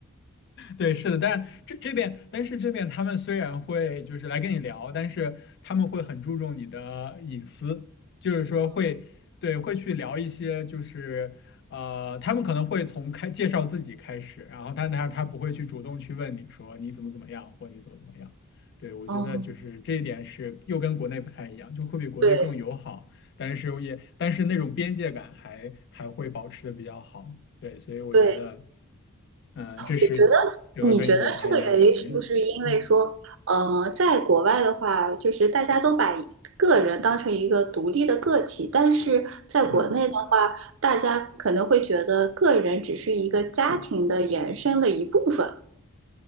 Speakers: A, on the left; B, on the right.
A: 对，是的，但这这边，但是这边他们虽然会就是来跟你聊，但是他们会很注重你的隐私，就是说会，对，会去聊一些就是呃，他们可能会从开介绍自己开始，然后但他他不会去主动去问你说你怎么怎么样或你怎么怎么样。对，我觉得就是这一点是又跟国内不太一样，
B: 嗯，
A: 就会比国内更友好。
B: 对。
A: 但是也但是那种边界感还还会保持的比较好，对，所以我觉得，
B: 对，
A: 嗯、这是
B: 你觉得
A: 整个跟英国不太一样的一点，
B: 你觉得这个原因是不是因为说，
A: 嗯，
B: 呃，在国外的话，就是大家都把个人当成一个独立的个体，但是在国内的话，
A: 嗯。
B: 大家可能会觉得个人只是一个家庭的延伸的一部分。